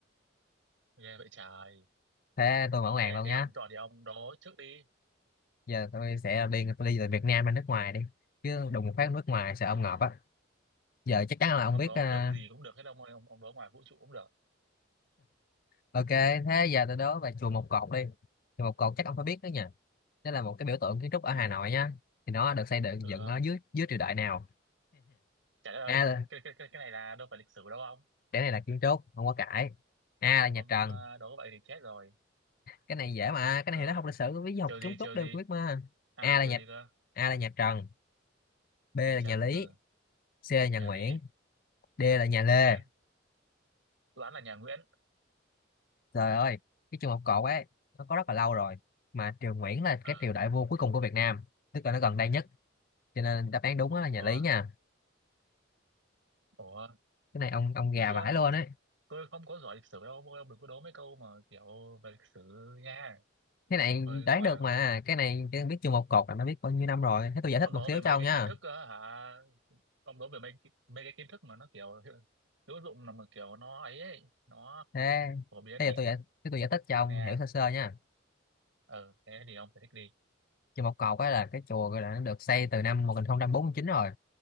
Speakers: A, on the right; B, on the left.
A: ghê vậy trời.
B: thế tôi
A: Ok,
B: mở màn luôn
A: thế
B: nhá
A: ông chọn thì ông đố trước đi.
B: giờ tôi sẽ đi tôi đi từ Việt Nam ra nước ngoài đi chứ đùng một phát nước ngoài sợ ông
A: Ừ,
B: ngợp á giờ chắc chắn là ông
A: ông
B: biết
A: đố
B: ờ,
A: nước gì cũng được hết ông ơi, ông, ông đố ngoài vũ trụ cũng được.
B: ok thế giờ tôi đố về chùa Một Cột đi chùa Một Cột chắc ông phải biết đó nha đó là một cái biểu tượng kiến trúc ở
A: Ừ,
B: Hà Nội nhá thì nó được xây dựng
A: ừ
B: dựng
A: không?
B: ở dưới dưới triều đại nào
A: Chả ơi,
B: A
A: cái, cái, cái, cái này là đâu phải lịch sử đâu ông.
B: cái này là kiến trúc không có cãi A
A: Ông
B: là nhà
A: ông
B: Trần
A: ờ, đố vậy thì chết rồi.
B: cái này dễ mà cái
A: Ừ,
B: này thì nó học lịch sử với học
A: chiều
B: kiến
A: gì, chiều
B: trúc đều
A: gì?
B: biết mà
A: À
B: A
A: là
B: là
A: chiều
B: nhà
A: gì cơ?
B: A là nhà Trần B
A: Nhà
B: là
A: Trần,
B: nhà Lý
A: ừ,
B: C là nhà
A: nhà
B: Nguyễn
A: Lý,
B: D là nhà Lê
A: Nguyễn. Toán là nhà Nguyễn.
B: trời ơi cái trường học cột ấy nó có rất là lâu rồi mà triều Nguyễn là
A: Ờ,
B: cái triều đại vua cuối cùng của Việt Nam tức là nó gần đây nhất cho nên đáp án đúng đó là nhà
A: ủa,
B: Lý nha
A: ủa,
B: cái này ông ông gà
A: chứ chưa?
B: vãi luôn ấy
A: tôi không có giỏi lịch sử đâu ông đừng có đố mấy câu mà kiểu về lịch sử nha
B: cái này
A: thôi
B: đoán
A: qua
B: được mà cái này cái biết trường một cột là nó biết bao nhiêu năm rồi thế tôi giải
A: ông
B: thích
A: đố
B: một xíu
A: về mấy
B: cho ông
A: cái
B: nha
A: kiến thức á hả ông đố về mấy cái- mấy cái kiến thức mà nó kiểu hữu hữu dụng là mà kiểu nó ấy ấy nó
B: thế
A: phổ biến
B: thế
A: ấy
B: giờ tôi giải thế tôi giải thích cho ông
A: nè
B: hiểu sơ sơ nha
A: ờ thế thì ông phải thích đi
B: chùa Một Cột á là cái chùa gọi là nó được xây từ năm một nghìn bốn mươi chín rồi